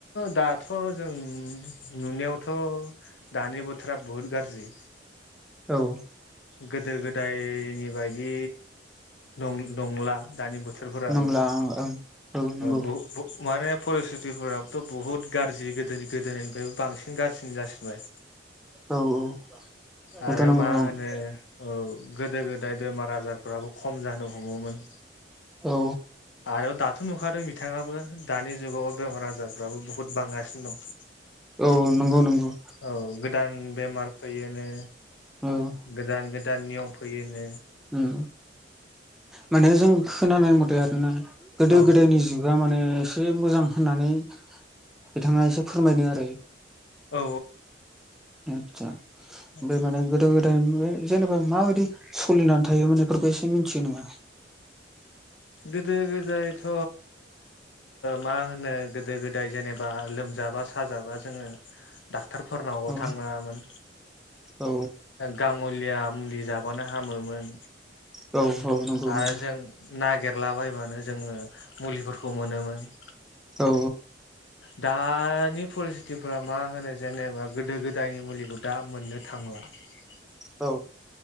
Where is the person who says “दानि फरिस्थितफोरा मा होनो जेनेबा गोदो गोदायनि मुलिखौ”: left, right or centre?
Left